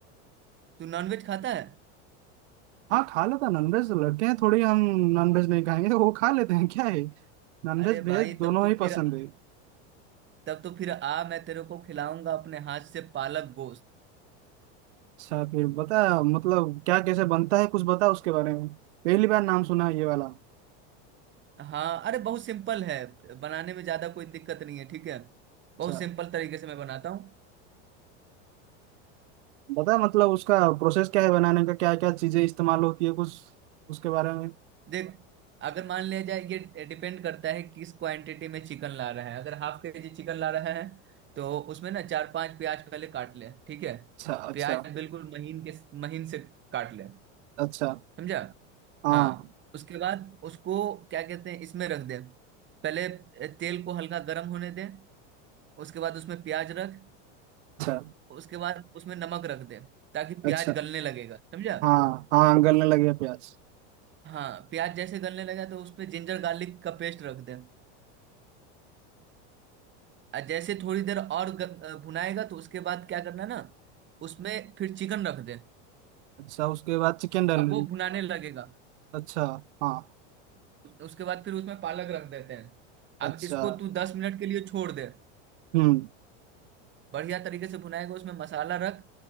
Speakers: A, on the right; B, on the right.
A: तू नॉनवेज खाता है
B: हाँ खा लेता नॉनवेज लड़के हैं थोड़ी हम नॉनवेज नहीं खाएंगे वो खा लेते हैं क्या है नॉनवेज
A: अरे
B: भेज
A: भाई
B: दोनों
A: तब तो
B: ही
A: फिर
B: पसंद है
A: तब तो फिर आ मैं तेरे को खिलाऊंगा अपने हाथ से पालक गोश्त
B: अच्छा फिर बता मतलब क्या कैसे बनता है कुछ बता उसके बारे में पहली बार नाम सुना है ये वाला
A: हाँ अरे बहुत सिंपल है बनाने में ज्यादा कोई दिक्कत नहीं है ठीक है बहुत
B: अच्छा
A: सिंपल तरीके से मैं बनाता हूँ
B: बता मतलब उसका प्रोसेस क्या है बनाने का क्या क्या चीजें इस्तेमाल होती है कुछ उसके बारे में
A: देख अगर मान लिया जाए ये डिपेंड करता है किस क्वांटिटी में चिकन ला रहा है अगर हाफ के जी चिकन ला रहा है तो उसमें ना चार पांच प्याज पहले काट ले ठीक है
B: अच्छा अच्छा
A: प्याज बिल्कुल महीन के महीन से काट ले
B: अच्छा
A: समझा
B: हाँ
A: हाँ उसके बाद उसको क्या कहते हैं इसमें रख दे पहले तेल को हल्का गर्म होने दे उसके बाद उसमें प्याज रख
B: अच्छा
A: उसके बाद उसमें नमक रख दे ताकि
B: अच्छा
A: प्याज गलने लगेगा समझा
B: हाँ हाँ गलने लगे प्याज
A: हाँ प्याज जैसे गलने लगा तो उसपे जिंजर गार्लिक का पेस्ट रख दे अ, जैसे थोड़ी देर और ग- अ, भुनाएगा तो उसके बाद क्या करना ना उसमें फिर चिकन रख दे
B: अच्छा उसके बाद चिकन डाल
A: अब वो भुनाने लगेगा
B: अच्छा हाँ
A: उसके बाद फिर उसमें पालक रख देते हैं
B: अच्छा
A: अब इसको तू दस मिनट के लिए छोड़ दे
B: हम्म
A: बढ़िया तरीके से भुनाएगा उसमें मसाला रख